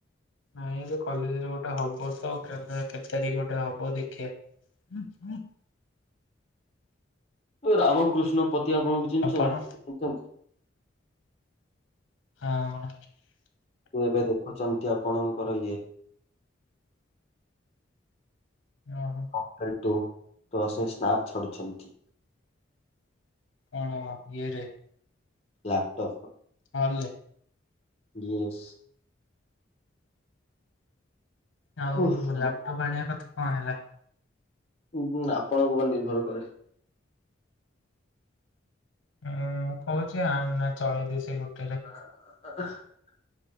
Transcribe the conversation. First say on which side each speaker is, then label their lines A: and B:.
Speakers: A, on the left; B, on the left.
A: ନାଇଁ ଏବେ କଲେଜରେ ଗୋଟେ ହବ ତ କେବେ କେତେ ତାରିଖ ଗୋଟେ ହବ ଦେଖିବା। <inaudible>
B: ଯୋଉ ରାମକୃଷ୍ଣ ପତି ଆପଣଙ୍କୁ ଚିହ୍ନିଛ
A: ଆପଣ
B: ଚିହ୍ନିଛନ୍ତି।
A: ହଁ।
B: ସେ ଏବେ ଦେଖୁଛନ୍ତି ଆପଣଙ୍କର ଇଏ।
A: ଯା ହ ଉ।
B: <unintelligible> ତ ସେ ସ୍ନାପ ଛାଡୁଛନ୍ତି।
A: ତା ଙ୍କ ଇଏରେ।
B: ଲାପଟପ।
A: ହଲ୍ ରେ।
B: ଇଏସ୍।
A: ଆଉ
B: ଓହୋ
A: ଲାପଟପ୍ ଆଣିବା କଥା କଁ ହେଲା?
B: ହୁ ଆପଣଙ୍କ ଉପରେ ନିର୍ଭର କରେ।
A: ମୁଁ କହୁଛି ଆଣନା ଚଳେଇ ଦେ ସେଇ ଗୋଟେରେ।
B: <unintelligible>